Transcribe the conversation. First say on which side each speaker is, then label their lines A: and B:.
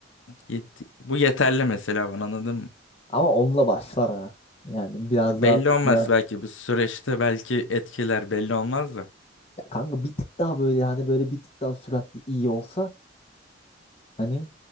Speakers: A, on the left; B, on the left.
A: Yet- Bu yeterli mesela bana anladın mı?
B: Ama onunla başlar ha. Yani biraz
A: Belli
B: daha böyle
A: olmaz
B: şey- ya.
A: belki bu süreçte belki etkiler belli olmaz da.
B: kanka bir tık daha böyle hani böyle bir tık daha süratli iyi olsa Hani